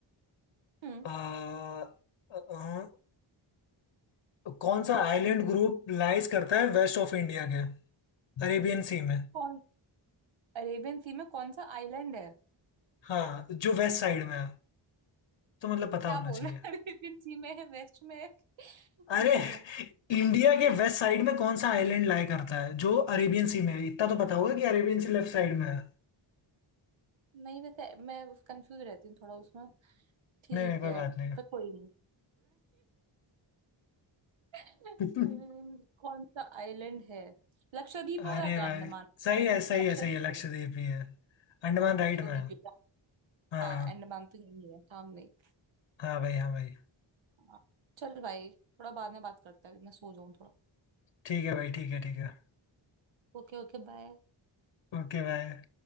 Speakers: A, on the right; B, on the left.
A: हम्म,
B: आ, आ, कौन सा आइलैंड ग्रुप लाइज करता है वेस्ट ऑफ इंडिया के अरेबियन सी में
A: कौन अरेबियन सी में कौन सा आइलैंड है
B: हाँ जो वेस्ट साइड में है तो मतलब पता
A: क्या
B: होना
A: बोला
B: चाहिए
A: <laughs> अरेबियन सी में है वेस्ट में है किधर
B: अरे
A: है
B: इंडिया के
A: हम्म,
B: वेस्ट साइड में कौन सा आइलैंड लाई करता है जो अरेबियन सी में है इतना तो पता होगा कि अरेबियन सी लेफ्ट साइड में है
A: नहीं पता है, मैं कंफ्यूज रहती हूँ थोड़ा उसमें ठीक
B: नहीं नहीं कोई
A: है
B: बात नहीं
A: पर कोई नहीं <laughs>
B: <laughs>
A: हम्म, कौन सा आइलैंड है लक्षद्वीप
B: अरे
A: होगा तो
B: भाई
A: अंडमान
B: सही है सही
A: लक्षद्वीप
B: है सही है लक्षद्वीप
A: होगा
B: ही है अंडमान
A: हाँ
B: राइट
A: लक्षद्वीप
B: में है
A: होगा
B: हाँ
A: हाँ अंडमान तो यही है सामने ही।
B: हाँ भाई हाँ भाई
A: हाँ, चल भाई थोड़ा बाद में बात करते हैं अभी मैं सो जाऊँ थोड़ा
B: ठीक है भाई ठीक है ठीक है
A: Okay okay bye
B: Okay bye